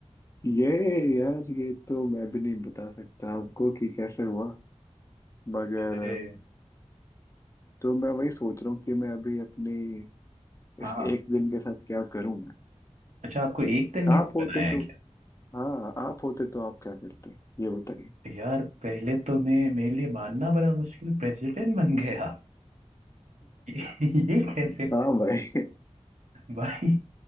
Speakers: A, on the left; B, on the right.
A: ये यार ये तो मैं भी नहीं बता सकता आपको कि कैसे हुआ मगर
B: अरे
A: तो मैं वही सोच रहा हूँ कि मैं अभी अपनी
B: हाँ
A: इस एक दिन के साथ क्या करूँ मैं
B: अच्छा आपको एक दिन के
A: आप
B: लिए
A: होते
B: बनाया है
A: तो
B: क्या
A: हाँ आप होते तो आप क्या करते ये बताइए
B: यार पहले तो मैं मेरे लिए मानना बड़ा मुश्किल प्रेसिडेंट बन गया ये <laughs> ये कैसे
A: हाँ भाई
B: भाई